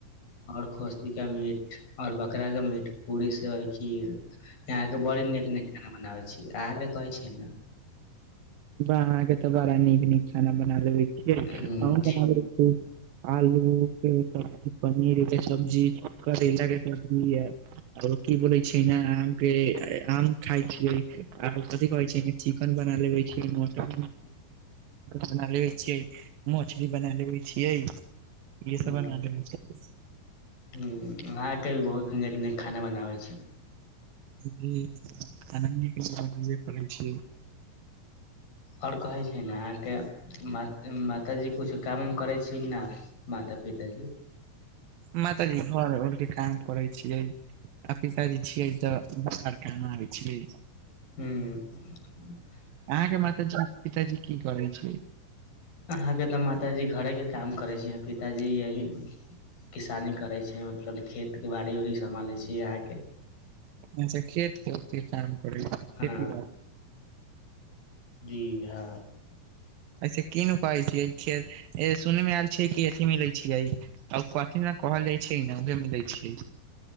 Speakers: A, on the left; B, on the right.
A: और खोसी का मीट और बकरा का मीट पूरी सेबइ खीर अहाँ के बड़ नीक नीक खाना बनाबै छी अहाँके कहै छैै ने
B: अहाँके तऽ बड़ा नीक नीक खाना बना लेबै छियै अहू
A: हुं जी
B: बना लैत छी आलू के सब्जी पनीर के सब्जी करैला के सब्जी यऽ आआरो की बोलै छै ने आम के आम खाइ छियै आओर कथि कहै छै चिकेन बना लेबे छै मटन बना लेबे छियै मछली बना लेबे छियै इहे
A: हू
B: सब बना लेबे छियै
A: अहाँके भी बहुत निक निक खाना बनाबै छी
B: जी अहाँ जे खाना नीक नीक बनबे करै छी
A: आओर कहै छै ने अहाँके मा माताजी किछु काम उम करै छियै कि न माता पिताजी
B: मातााजी घर उर के काम करे छियै आ पिताजी छियै तऽ बस कमाय छिय
A: हू
B: अहाँके माता जा पिताजी की करै छै
A: अहाँ के तऽ माताजी घरे के काम करे छी पिताजी यही किसानी करै छै मतलब खेत के बाड़ी उड़ी सम्हालै छी अहाँके
B: अच्छा खेतके के काम करै खेती
A: हँ
B: बाड़ी
A: जी हँ
B: ऐसे कीन उपाय छिय खे सुन मे आयल छै कि अथी मिलै छियै आ कथी ने कहल जाइ छै ने उहेमे दै छैै